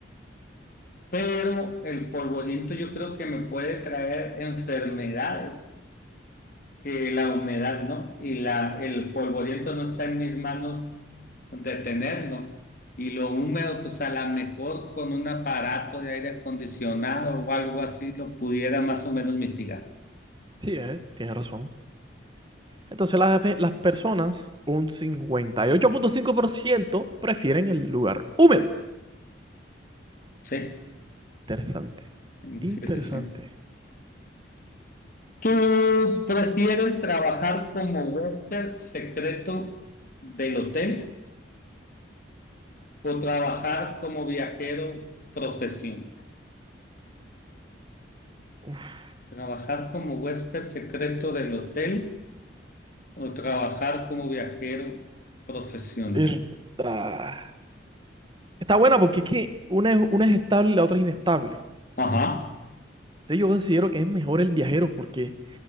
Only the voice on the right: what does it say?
Sí, eh, tienes razón. Entonces las, pe- las personas, un cincuenta y ocho punto cinco por ciento prefieren el lugar húmedo.
Interesante. Interesante.
Uf,
es- ah. Está buena porque es que una es, una es estable y la otra es inestable.
Entonces yo considero que es mejor el viajero porque